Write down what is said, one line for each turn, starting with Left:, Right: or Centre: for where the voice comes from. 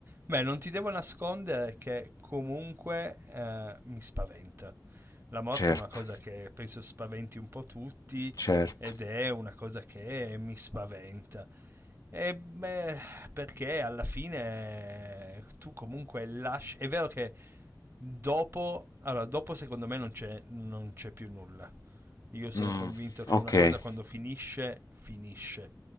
Right: Beh, non ti devo nascondere che comunque eh, mi spaventa. La morte
Left: Certo,
Right: è una cosa che penso spaventi un po' tutti
Left: certo.
Right: ed è una cosa che mi spaventa. E beh, perché alla fine tu comunque lasci... È vero che Dopo, allora, dopo secondo me non c'è, non c'è più nulla. Io sono
Left: Mm,
Right: convinto che
Left: ok.
Right: una cosa quando finisce, finisce.